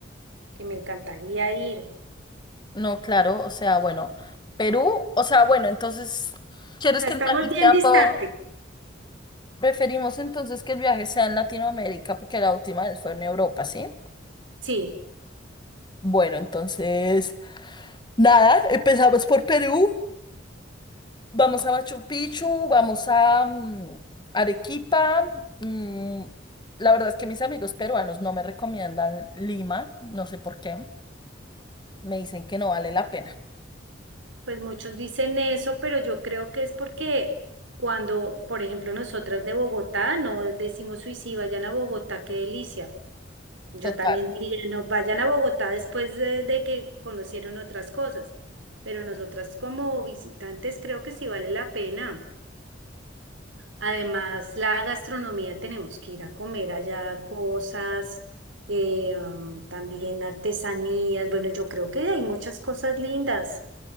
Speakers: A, on the right; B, on the left.
A: que me encantaría ir. O
B: No, claro, o sea, bueno, Perú, o sea, bueno, entonces, ¿quieres
A: sea,
B: que
A: estamos
B: el viaje
A: bien
B: sea
A: distantes.
B: por... Preferimos entonces que el viaje sea en Latinoamérica porque la última vez fue en Europa, ¿sí?
A: Sí,
B: Bueno, entonces, nada, empezamos por Perú, vamos a Machu Picchu, vamos a mm, Arequipa. mm, la verdad es que mis amigos peruanos no me recomiendan Lima, no sé por qué, me dicen que no vale la pena.
A: pues muchos dicen eso, pero yo creo que es porque cuando, por ejemplo, nosotras de Bogotá no decimos, uy, sí, vayan a Bogotá, qué delicia. Yo
B: Total.
A: también diría, no, vayan a Bogotá después de, de que conocieron otras cosas. Pero nosotras como visitantes creo que sí vale la pena. Además, la gastronomía, tenemos que ir a comer allá cosas, eh, um, también artesanías. Bueno, yo creo que hay muchas cosas lindas.